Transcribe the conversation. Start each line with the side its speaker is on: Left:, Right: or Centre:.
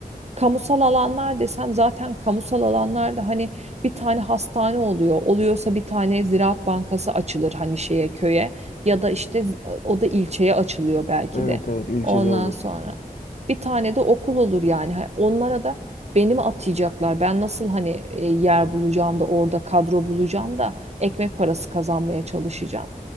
Right: Kamusal alanlar desem zaten kamusal alanlarda hani bir tane hastane oluyor. Oluyorsa bir tane Ziraat Bankası açılır hani şeye köye ya da işte o da ilçeye açılıyor belki
Left: Evet
Right: de.
Left: evet ilçede
Right: Ondan
Left: olur.
Right: sonra bir tane de okul olur yani. Ha, Onlara da beni mi atayacaklar? Ben nasıl hani e, yer bulacağım da orada kadro bulacağım da ekmek parası kazanmaya çalışacağım.